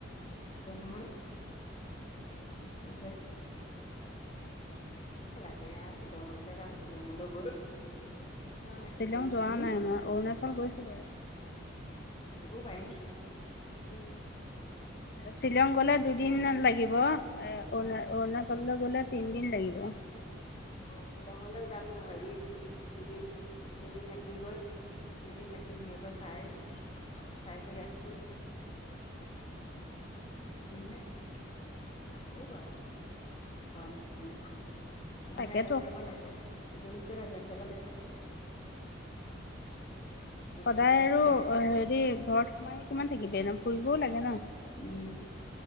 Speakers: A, on the left; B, on the left.
A: উম,
B: নহয়। মতে। লাগে আহ শ্বিলঙলৈকে যাম শ্বিলঙলৈ গৈ।
A: আহ
B: থাকি
A: শ্বিলং
B: কৰি
A: যোৱা
B: দুদিন
A: নাই মই অৰুণাচল গৈছোঁ বাৰু।
B: পয়ম।
A: উম শ্বিলং গলে দুদিন লাগিব। এ অণ
B: অ
A: অৰুণাচললৈ গলে তিনদিন লাগিব।
B: আহ শ্বিলঙলৈ যাম হেৰি দুদিন দুদিন থাকিমগৈ। দুদিন থাকি ধুনীয়াকৈ চাই, চাই কৰি আহিমগৈ। হে কৰিব আৰু ঘৰৰ মানুহখিনিয়ে। নহলে
A: তাকেতো
B: এজনী যাব লাগিব দুজনী। এজনী যাব লাগিব। দুইজনী
A: সদায়
B: গ'লে
A: আৰু
B: দিগদাৰ
A: অ হেৰি ঘৰত সোমাই কিমান থাকিবি ন ফুৰিবও লাগে ন।
B: উম!